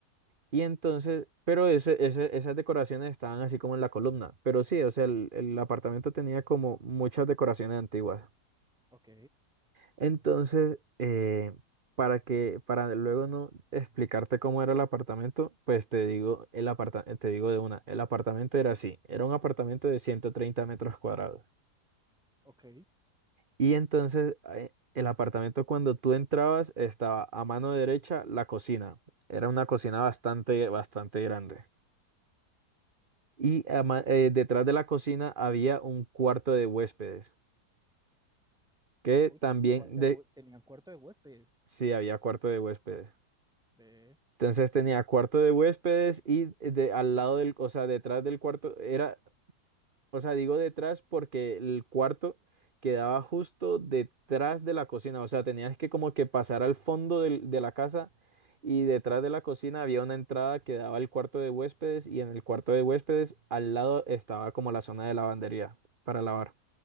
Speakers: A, on the right; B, in the centre.
A: Y entonces, pero ese, ese- esas decoraciones estaban así como en la columna. Pero sí, o sea, el, el apartamento tenía como muchas decoraciones antiguas.
B: Ok,
A: Entonces, eh, para que, para luego no explicarte cómo era el apartamento, pues te digo, el aparta- te digo de una, el apartamento era así, era un apartamento de 130 metros cuadrados.
B: ok.
A: Y entonces eh, el apartamento cuando tú entrabas estaba a mano derecha la cocina. Era una cocina bastante, bastante grande. Y a ma- eh, detrás de la cocina había un cuarto de huéspedes, que
B: Uy,
A: también
B: cuarto
A: de...
B: de, hue- tenían cuarto de huéspedes.
A: Sí, había cuarto de huéspedes.
B: Ve.
A: Entonces tenía cuarto de huéspedes y eh, de, al lado del, o sea, detrás del cuarto era O sea, digo detrás porque el cuarto quedaba justo detrás de la cocina. O sea, tenías que como que pasar al fondo del- de la casa y detrás de la cocina había una entrada que daba al cuarto de huéspedes y en el cuarto de huéspedes al lado estaba como la zona de lavandería para lavar.